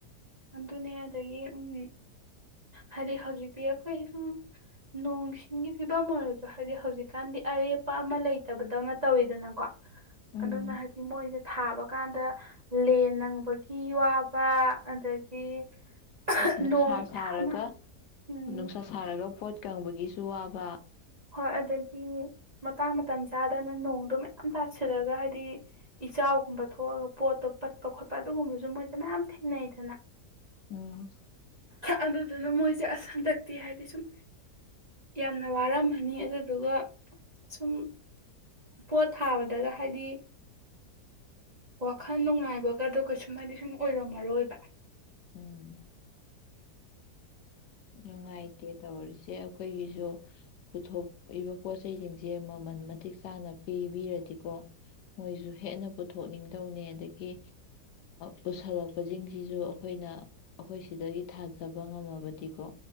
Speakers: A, on the right; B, on the left.
A: ꯑꯗꯨꯅꯦ ꯑꯗꯒꯤ ꯎꯝ ꯍꯥꯏꯗꯤ ꯍꯧꯖꯤꯛꯇꯤ ꯑꯩꯈꯣꯏ ꯁꯨꯝ ꯅꯣꯡ ꯁꯤꯡꯒꯤ ꯐꯤꯕꯝ ꯑꯣꯏꯔꯁꯨ ꯍꯥꯏꯗꯤ ꯍꯧꯖꯤꯛꯀꯥꯟꯗꯤ ꯑꯔꯦꯞꯄ ꯑꯃ ꯂꯩꯇꯕꯗꯧꯅ ꯇꯧꯋꯤꯗꯅꯀꯣ
B: ꯎꯝ
A: ꯑꯗꯨꯅ ꯍꯥꯏꯗꯤ ꯃꯣꯏꯁ ꯊꯥꯕ ꯀꯥꯟꯗ ꯂꯦꯟ ꯅꯪꯕꯒꯤ ꯋꯥꯕ ꯑꯗꯒꯤ
B: ꯅꯨꯡꯁꯥ
A: ꯅꯣꯡ ꯃꯌꯥꯝ
B: ꯁꯥꯔꯒ
A: ꯑꯃ ꯎꯝ
B: ꯅꯨꯡꯁꯥ ꯁꯥꯔꯒ ꯄꯣꯠ ꯀꯪꯕꯒꯤꯁꯨ ꯋꯥꯕ
A: ꯍꯣꯏ ꯑꯗꯒꯤ ꯃꯇꯥꯡ ꯃꯇꯝ ꯆꯥ ꯑꯗꯨꯗꯅ ꯅꯣꯡꯗꯣ ꯃꯌꯥꯝ ꯇꯥꯁꯤꯜꯂꯒ ꯍꯥꯏꯗꯤ ꯏꯆꯥꯎꯒꯨꯝꯕ ꯊꯣꯛꯑꯒ ꯄꯣꯠꯇꯣ ꯄꯠꯄ ꯈꯣꯠꯄ ꯑꯗꯨꯒꯨꯝꯕꯁꯨ ꯃꯣꯏꯗ ꯃꯌꯥꯝ ꯊꯦꯡꯅꯩꯗꯅ
B: ꯎꯝ
A: ꯑꯗꯨꯗꯨꯅ ꯃꯣꯏꯁꯦ ꯑꯁ ꯍꯟꯗꯛꯇꯤ ꯍꯥꯏꯗꯤ ꯁꯨꯝ ꯌꯥꯝꯅ ꯋꯥꯔꯝꯕ ꯐꯅꯤ ꯑꯗꯨꯗꯨꯒ ꯁꯨꯝ ꯄꯣꯠ ꯊꯥꯕꯗꯒ ꯍꯥꯏꯗꯤ ꯋꯥꯈꯜ ꯅꯨꯡꯉꯥꯏꯕꯒꯗꯒ ꯁꯨꯝ ꯍꯥꯏꯗꯤ ꯁꯨꯝ ꯑꯣꯏꯔꯝꯃꯔꯣꯏꯕ
B: ꯎꯝ ꯅꯪꯥꯏꯇꯦ ꯇꯧꯔꯁꯤ ꯁꯦ ꯑꯩꯈꯣꯏꯒꯤꯁꯨ ꯄꯨꯊꯣꯛꯏꯕ ꯄꯣꯠꯆꯁꯤꯡꯁꯦ ꯃꯃꯜ ꯃꯇꯤꯛ ꯆꯥꯅ ꯄꯤꯕꯤꯔꯗꯤꯀꯣ ꯃꯣꯏꯁꯨ ꯍꯦꯟꯅ ꯄꯨꯊꯣꯛꯅꯤꯡꯗꯧꯅꯤ ꯑꯗꯒꯤ ꯄꯨꯁꯜꯂꯛꯄꯁꯤꯡꯁꯤꯁꯨ ꯑꯩꯈꯣꯏꯅ ꯑꯩꯈꯣꯏ ꯁꯤꯗꯒꯤ ꯊꯥꯖꯕ ꯉꯝꯃꯕꯗꯤ ꯀꯣ